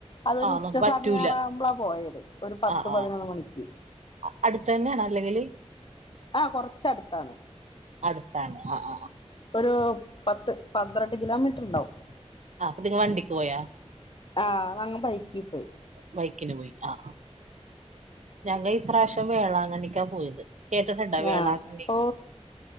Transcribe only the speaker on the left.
അതൊരു
ഉച്ച
സമയറാവുമ്പളാ പോയത് ഒരു പത്ത്
പതിനൊന്ന് മണിക്ക്
ആഹ് കൊറച്ചടുത്താണ്
ഒരു പത്ത് പന്ത്രണ്ട് കിലോമീറ്റർ ഉണ്ടാവും
ആഹ് ഞങ്ങ ബൈക്കി പോയി
ആഹ് ഓ